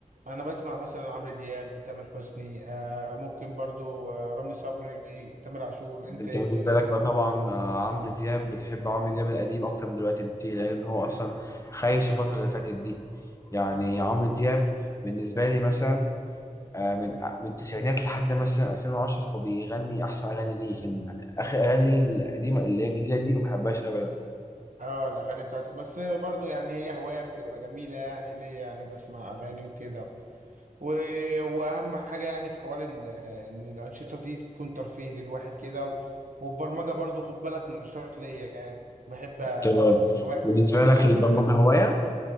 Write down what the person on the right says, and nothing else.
انا بسمع مثلا عمرو دياب تامر حسني آه ممكن برضو آه رامي صبري تامر عاشور انت
ايه
الدنيا
اه الاغاني بتاعته بس برضو يعني هي هوايه بتبقى جميله يعني ليا يعني بسمع اغاني وكده و... واهم حاجه يعني في حوار ال... ان الانشطه دي تكون ترفيه للواحد كده و... والبرمجه برضو خد بالك نشاط ليا يعني بحب يعني
الهوايه بتاعتي
ان
انا اقعد
اذاكر
برمجة.